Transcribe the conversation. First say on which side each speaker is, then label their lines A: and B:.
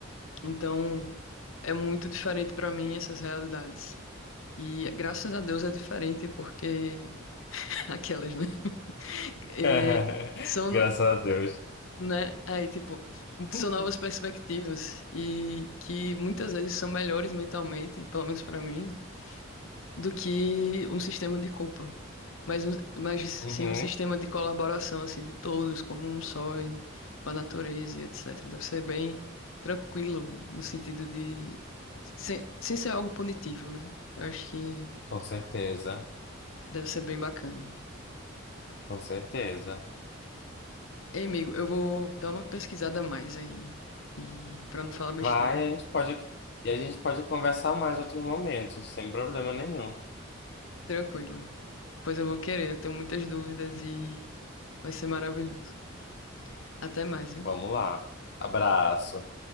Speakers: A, on the left (about 75°); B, on the left (about 55°).
A: então é muito diferente pra mim essas realidades. E graças a Deus é diferente porque <laughs> aquelas, né? É,
B: <laughs>
A: são,
B: Graças a Deus.
A: né? Aí, tipo,
B: <laughs>
A: são novas perspectivas e que muitas vezes são melhores mentalmente, pelo menos pra mim, do que um sistema de culpa. Mas, um- mas
B: Uhum,
A: sim um sistema de colaboração, assim, de todos, como um só, e com a natureza, e etc. Deve ser bem tranquilo, no sentido de... Sem, sem ser algo punitivo, né? Eu acho que
B: com certeza,
A: deve ser bem bacana.
B: com certeza.
A: Ei, amigo, eu vou dar uma pesquisada a mais aí, e para não falar besteira.
B: Vai, a gente pode, e a gente pode conversar mais em outros momentos, sem problema nenhum.
A: Tranquilo. Pois eu vou querer, eu tenho muitas dúvidas e vai ser maravilhoso. Até mais, viu?
B: Vamos lá. Abraço.